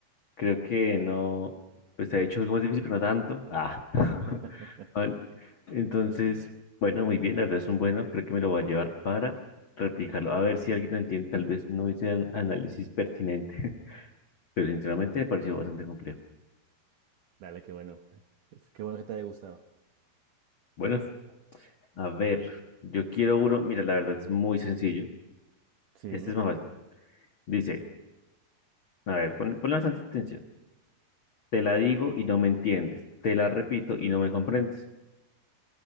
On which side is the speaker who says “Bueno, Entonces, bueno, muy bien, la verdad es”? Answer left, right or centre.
Left